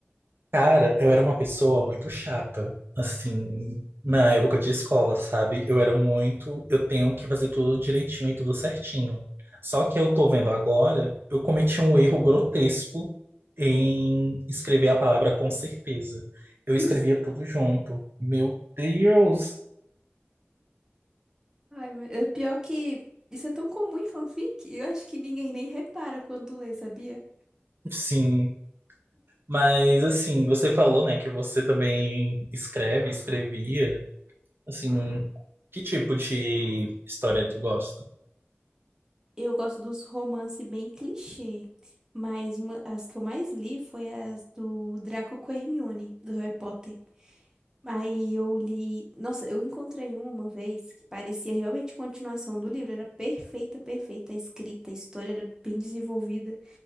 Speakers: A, on the right; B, on the right.
A: Cara, eu era uma pessoa muito chata, assim, na época de escola, sabe? Eu era muito, eu tenho que fazer tudo direitinho e tudo certinho. Só que eu tô vendo agora, eu cometi um erro grotesco em escrever a palavra com certeza. Eu
B: <laughs>
A: escrevia tudo junto. Meu Deus!
B: Ai, meu- é pior que isso é tão comum em fanfic, eu acho que ninguém nem repara quando lê, sabia?
A: Sim, mas assim, você falou, né, que você também escreve, escrevia. Assim, que tipo de história tu gosta?
B: Eu gosto dos romances bem clichê, mas uma- as que eu mais li foi as do Draco com Hermione, do Harry Potter. Aí eu li. Nossa, eu encontrei uma uma vez que parecia realmente continuação do livro. Era perfeita, perfeita a escrita, a história era bem desenvolvida.